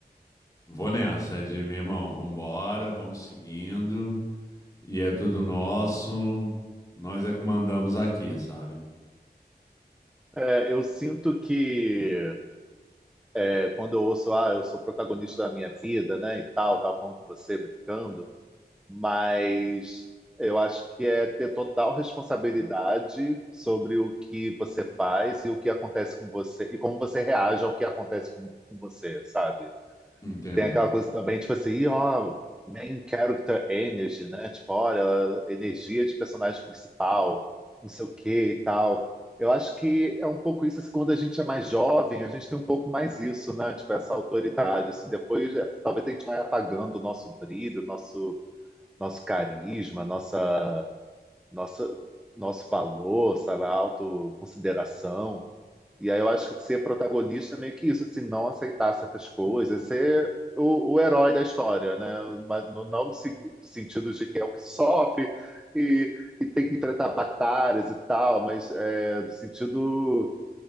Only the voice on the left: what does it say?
vou nessa é de meu irmão, vambora, vamos seguindo e é tudo nosso. Nós é que mandamos aqui, sabe?
Entendo.